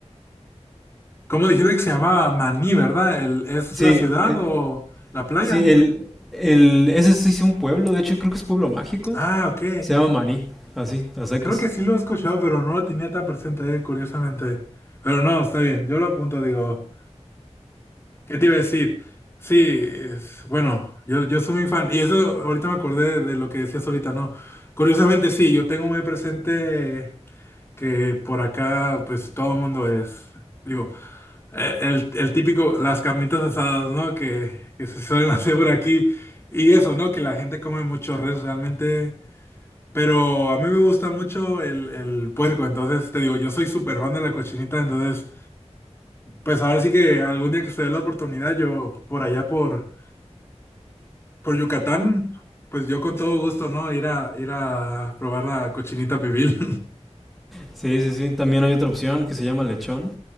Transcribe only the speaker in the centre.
Sí,
el-
sí, el, el, ese sí es un pueblo, de hecho creo que es pueblo mágico.
Se llama Maní, así, a secas.
Sí, sí, sí, también hay otra opción que se llama lechón.